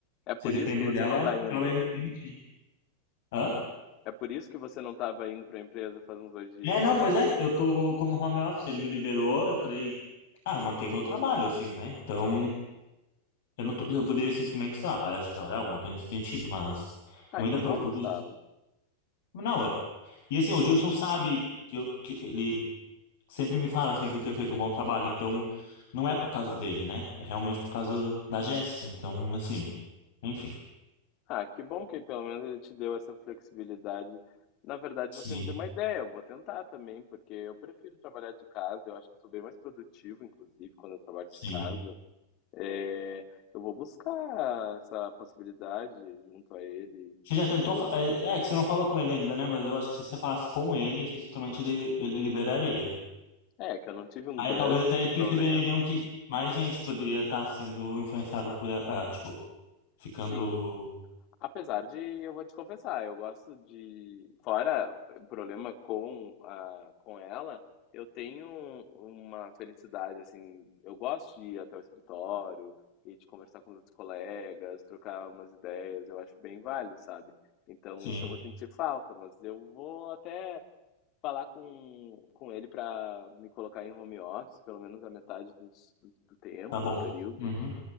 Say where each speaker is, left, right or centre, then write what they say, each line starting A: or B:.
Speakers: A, on the left; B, on the left.
A: É por
B: Se depender
A: isso que você
B: dela,
A: não tá indo.
B: ela vai me demitir. Hã?
A: É por isso que você não tava indo pra empresa faz uns dois dias.
B: É, não, pois é, eu tô como home office, ele me liberou, eu falei, ah, eu mantenho meu trabalho, assim, né? Então, eu não tô- eu poderia simplesmente, sei lá, parar de trabalhar, alguma coisa nesse sentido, mas
A: Ah,
B: eu ainda
A: que bom,
B: propus,
A: Gustavo.
B: não, é- e assim, o Gilson sabe que eu, que ele sempre me fala, assim, que eu tenho feito um bom trabalho, então, não é por causa dele, né? É realmente por causa da Jéssica, então, assim, enfim,
A: Ah, que bom que pelo menos ele te deu essa flexibilidade. Na verdade,
B: sim,
A: você me deu uma ideia, eu vou tentar também, porque eu prefiro trabalhar de casa, eu acho que eu sou bem mais produtivo, inclusive, quando eu trabalho
B: sim.
A: de casa. É, eu vou buscar essa possibilidade junto a ele,
B: Você já tentou,
A: por...
B: fa- é, é que você não falou com ele ainda, né? Mas eu acho que se você falasse com ele, especificamente, ele, ele liberaria.
A: É, que eu não tive um
B: Aí
A: grande
B: talvez até eles
A: problema.
B: perceberiam que mais gente poderia estar sendo influenciado por. a- Ah, tipo, ficando.
A: Sim, Apesar de, eu vou te confessar, eu gosto de. Fora o problema com, a, com ela, eu tenho uma felicidade, assim. Eu gosto de ir até o escritório e de conversar com os outros colegas, trocar umas ideias, eu acho bem válido, sabe? Então,
B: Sim,
A: isso eu vou sentir falta, mas eu vou até falar com, com ele para me colocar em home office, pelo menos a metade dos, do, do tempo,
B: tá bom.
A: do período,
B: Uhum,